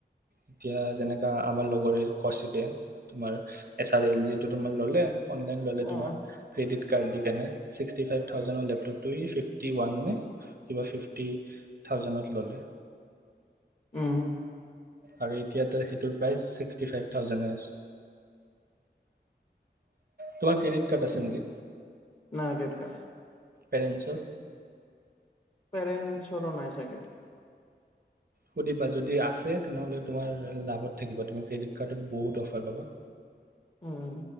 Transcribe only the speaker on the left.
অ
উম।
নাই
ক্ৰেডিট কাৰ্ড নাই।
পেৰেণ্টছৰো নাই চাগে।
উম